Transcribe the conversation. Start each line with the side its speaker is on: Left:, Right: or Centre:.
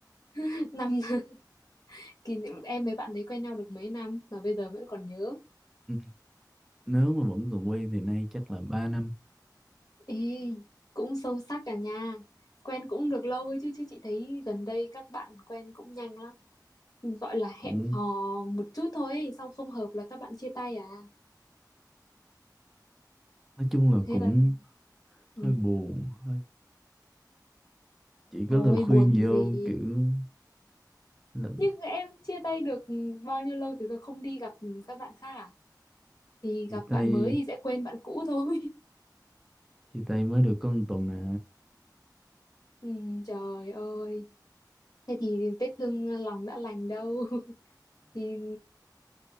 Left: <laughs> Năm <laughs> kỷ niệm em với bạn ấy quen nhau được mấy năm mà bây giờ vẫn còn nhớ.
Centre: Ừ, nếu mà vẫn còn quen thì nay chắc là ba năm
Left: Ê, cũng sâu sắc cả nha. Quen cũng được lâu ấy chứ chứ chị thấy gần đây các bạn quen cũng nhanh lắm. gọi là
Centre: cũng
Left: hẹn hò một chút thôi ấy, xong không hợp là các bạn chia tay à
Centre: nói chung là
Left: thế
Centre: cũng
Left: là ừ,
Centre: hơi buồn hơi chỉ có
Left: thôi
Centre: lời khuyên
Left: buồn
Centre: gì
Left: gì
Centre: không kiểu là
Left: nhưng em chia tay được bao nhiêu lâu thì rồi không đi gặp các bạn khác à thì
Centre: chia
Left: gặp
Centre: tay
Left: bạn mới thì sẽ quên bạn cũ thôi
Centre: chia tay mới được có một tuần à
Left: <laughs> ừ, trời ơi thế thì vết thương lòng đã lành đâu <laughs> thì